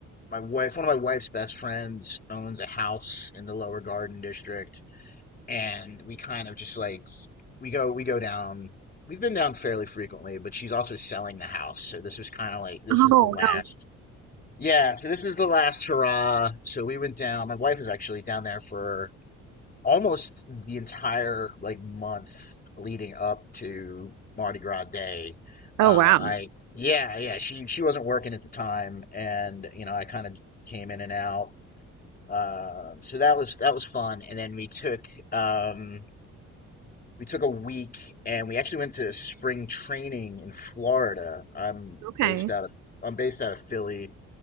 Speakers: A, on the left (about 30°); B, on the right (about 80°).
A: my wife, one of my wife's best friends, owns a house in the Lower Garden District and we kind of just like we go we go down we've been down fairly frequently but she's also selling the house so this was kind of like this
B: Oh,
A: was the last
B: no.
A: yeah so this was the last hurrah so we went down my wife was actually down there for almost the entire like month leading up to Mardi Gras day uh
B: Oh, wow.
A: I yeah yeah she she wasn't working at the time and you know I kind of came in and out uh, so that was that was fun and then we took um we took a week and we actually went to spring training in Florida. I'm
B: Okay.
A: based out of I'm based out of Philly